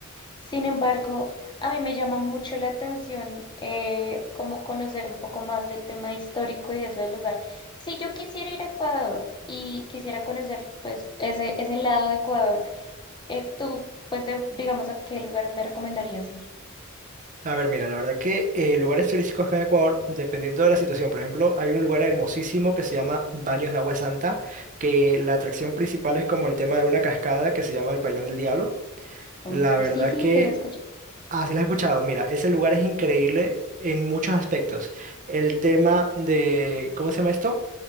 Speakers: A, on the left; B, on the right.
A: Sin embargo, a mí me llama mucho la atención eh, como conocer un poco más del tema histórico y de eso del lugar. Si yo quisiera ir a Ecuador y quisiera conocer pues ese, ese lado de Ecuador, eh, tú pues de- digamos a qué lugares me recomendarías ir.
B: A ver, mira, la verdad que eh, lugares turísticos acá en Ecuador, dependiendo de la situación, por ejemplo, hay un lugar hermosísimo que se llama Baños de Agua Santa, que la atracción principal es como el tema de una cascada que se llama el Pailón del Diablo.
A: Oh,
B: La verdad
A: sí, sí,
B: que,
A: se lo escucho.
B: así lo has escuchado, mira, ese lugar es increíble en muchos aspectos. El tema de, ¿cómo se llama esto?